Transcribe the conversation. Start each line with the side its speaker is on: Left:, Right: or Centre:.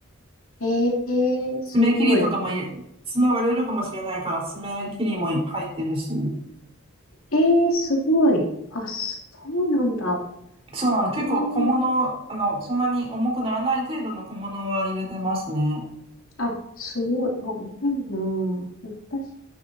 Left: えー、すごい。
Right: 爪切りとかも入れ、爪割れるかもしれないから、爪切りも入ってるし。
Left: えー、すごい。あ、そうなんだ。
Right: そうなの、結構小物、
Left: えー
Right: あの、そんなに重くならない程度の小物は入れてますね。
Left: あ、すごい。あ、偉いなぁ。いや私、